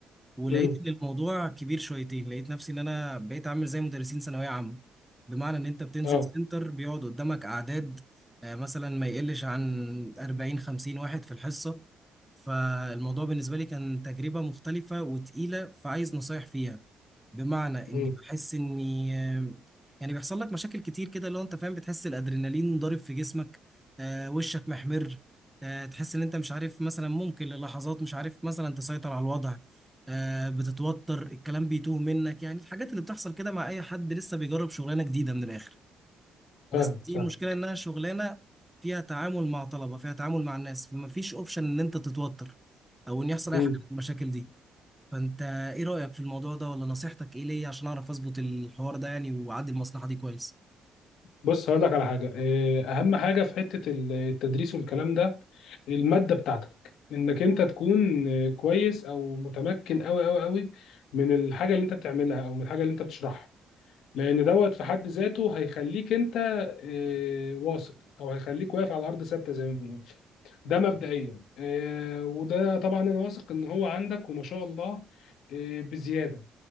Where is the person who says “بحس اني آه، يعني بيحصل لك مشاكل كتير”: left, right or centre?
Centre